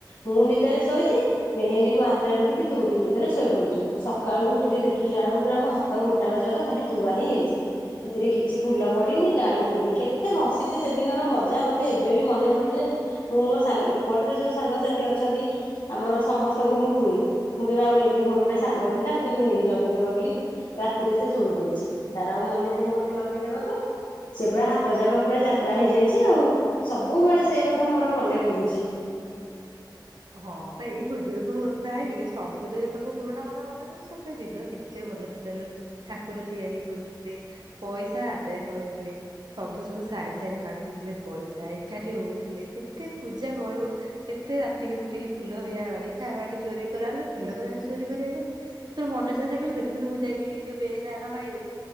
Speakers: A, on the left; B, on the right.
A: ମୁଁ ନିଦରେ ଶୋଇଛି। ମେହେନ୍ଦି ମୋ ହାତରେ ରଖିକି ତୁ ବି ନିଦରେ ଶୋଇ ପଡିଛୁ। ସକାଳୁ ଉଠିକି ଦେଖିଲା ବେଳକୁ ପୁରା ମୋ ହାତ ଗୋଟାକଯାକ ଖାଲି ଥୁଆ ହିଁ ହେଇଛି। ସେଥିରେ କିଛି ଫୁଲ ପଡିନି ଡାଳି ପଡନି କେତେ ହସିଛେ ସେଦିନର ମଜା ମତେ ଏବେ ବି ମନେ ପଡିଲେ ମୁଁ ମୋ ସାଙ୍ଗ ଏପଟରେ ଯୋଉ ସାଙ୍ଗସାଥି ଅଛନ୍ତି। ଆମର ସମସ୍ତଙ୍କୁ ମୁଁ କୁହେ। ମୁଁ କହେ ଆଉ ଏମିତି ମୋର ଗୋଟେ ସାଙ୍ଗ ଥିଲା ମତେ ମେହେନ୍ଦୀ ଲଗେଇଦବ ବୋଲି ରାତିରେ ସେ ଶୋଇ ପଡିଛି ତାର ଆଉ ମନେ ନାହିଁ ମତେ ଲଗେଇଦେବାକୁ। ସେ ପୁରା ହାତ ଯାକ ପୁରା ଯାତ୍ରା ହେଇଯାଇଛି ଆଉ। ସବୁବେଳେ ସେଇ କଥା ମୋର ମନେ ପଡୁଛି।
B: ହଁ ପା ଏଇ ଖୁଦୁରୁକୁଣୀ ଓଷା ଆଇଲେ ସବୁ ତ ଯେତେକ ପୁରୁଣା କଥା ମନେ ପଡୁଛନ୍ତି। ସେ ଦିନ କେତେ ଏତେ ଭଲ ଥିଲା ଲୋ ଠାକୁର ତିଆରି କରୁଥିଲେ, ପଇସା ଆଦାୟ କରୁଥିଲେ। ସବୁ ସବୁ ସାହି ସାହିରେ ମାଗୁଥିଲେ ପଇସା ଏକାଠି ହଉଥିଲେ କେତେ ପୂଜା କରୁ କେତେ ରାତି କରୁ ଉଠିକି ଫୁଲ ୟା ବାଡି ତା ବାଡି ଚୋରି କରୁ। ଆଲୋ ଫୁଲ ତ ଯାହା ଚୋରି କରିବା କରିବା ତୋର ମନେଅଛି ନା ନାହିଁ କହିଲୁ ଦେଖୁନୁ ମୁଁ ଯାଇକି ଏଇ ଯୋଉ ବେହେନା ଆରପାଇରେ